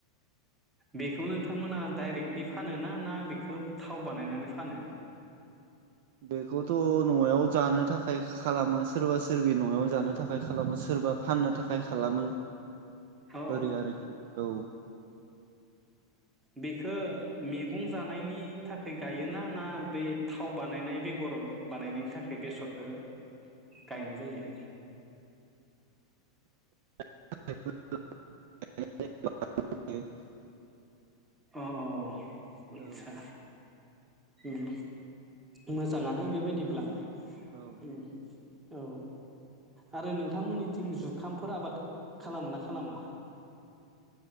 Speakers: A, on the right; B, on the right.
A: बेखौ नोंथांमोना डाइरेक्टलि फानो ना ना बेखौ थाव बानायनानै फानो?
B: बेखौथ' न'आव जानो थाखाय खालामो सोरबा सोरबि न'याव जानो थाखाय खालामो सोरबा फाननो थाखा थाखाय खालामो
A: औ
B: ओरै आरोखि औ।
A: बेखो मेगं जानायनि थाखाय गायोना ना बै थाव बानायनाय बेगर बानायनायनि थाखाय बेसरखो गायनाय जायो?
B: <unintelligible>
A: अ अ अ अ। आतसा
B: औ
A: उम मोजाङानो बेबायदिब्ला।
B: औ
A: उम औ आरो नोंथांमोननिथिं जुखामफोर आबाद खालामो ना खालामा?